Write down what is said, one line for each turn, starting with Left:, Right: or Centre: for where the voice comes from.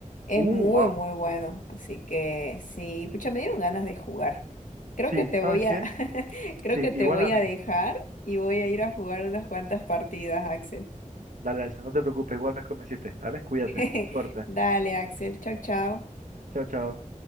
Left: es
Right: Uh,
Left: muy,
Right: wow.
Left: muy bueno. Así que sí, pucha, me dieron ganas de jugar. Creo
Right: Sí,
Left: que te
Right: ¿sabes
Left: voy a,
Right: qué?
Left: <laughs> creo
Right: Sí, igual
Left: que te voy
Right: a mí.
Left: a dejar y voy a ir a jugar unas cuantas partidas, Axel.
Right: Dale, Alison, no te preocupes, igual me convenciste. Dale, cuídate.
Left: <laughs>
Right: Suerte.
Left: Dale, Axel, chao, chao.
Right: Chao, chao.